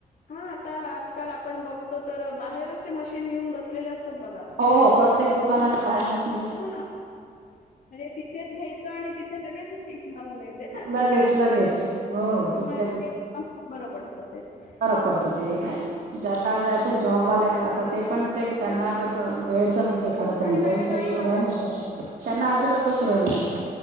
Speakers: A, on the left (about 75°); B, on the right (about 85°).
A: हा आता आजकाल आपण बघतो तर बाहेरच ते मशीन घेऊन बसलेले असतात बघा.
B: हो हो प्रत्येक दुकानाच्या बाहेर मशिन
A: हा म्हणजे तिथेच घ्यायचं आणि तिथे लगेचच टीप मारून मिळते ना
B: लगेच लगेच हो
A: त्याच्यामुळे
B: तिथल्या
A: ते बरं पडतं तेच
B: पडत ते काय ज्यांना जे जॉबवाले आहेत आता ते पण ते त्यांना कस वेळत नाहीय खरं त्यांचाही
A: आणि वेळ नाही
B: काही
A: ना
B: एवढा आहे
A: त्या
B: न त्यांना अजिबातच वेळ नाही